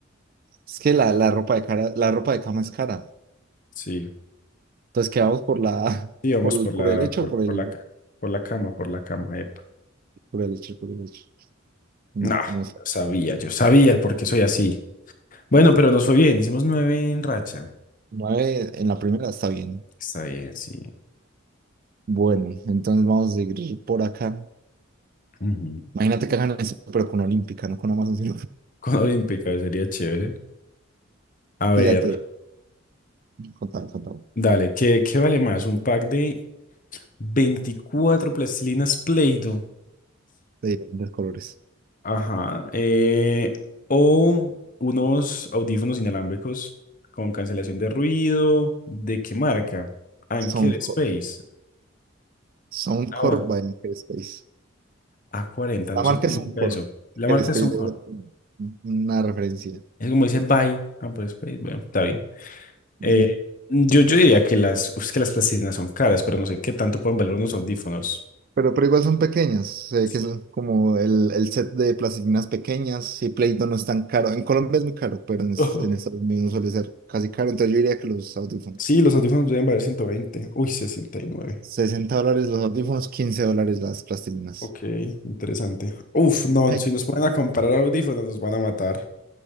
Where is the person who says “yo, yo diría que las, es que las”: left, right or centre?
Left